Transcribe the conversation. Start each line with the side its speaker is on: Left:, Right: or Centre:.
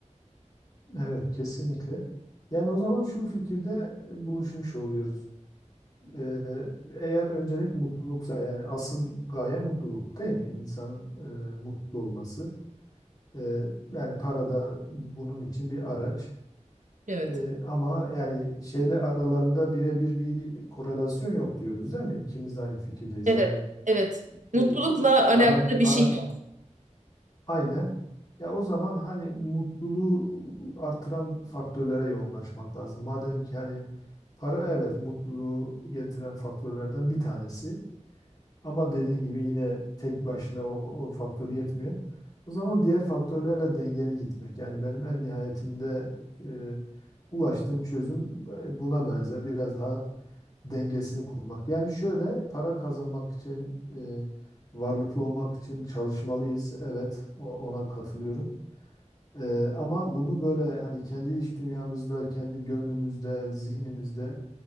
Left: Evet, kesinlikle. Yani o zaman şu fikirde e, buluşmuş oluyoruz. Ee, eğer öncelik mutluluksa yani asıl gaye mutluluk değil mi? İnsanın e, mutlu olması. Ee, yani para da bunun için bir araç.
Right: Evet.
Left: Ee, ama yani şeyle aralarında birebir bir korelasyon yok diyoruz değil mi? İkimiz de aynı fikirdeyiz.
Right: Evet.
Left: Yani
Right: Evet. Mutlulukla
Left: e,
Right: alakalı
Left: paran paran
Right: bir şey yok.
Left: aynen. Ya o zaman hani mutluluğu artıran faktörlere yoğunlaşmak lazım. Madem ki hani para evet mutluluğu getiren faktörlerden bir tanesi. Ama dediğin gibi yine tek başına o, o faktör yetmiyor. O zaman diğer faktörlerle dengeli gitmek. Yani benim en nihayetinde e, ulaştığım çözüm e, buna benzer. Biraz daha dengesini kurmak. Yani şöyle para kazanmak için, e, varlıklı olmak için çalışmalıyız. Evet, o- ona katılıyorum. E, ama bunu böyle hani kendi iç dünyamızda, kendi gönlümüzde, zihnimizde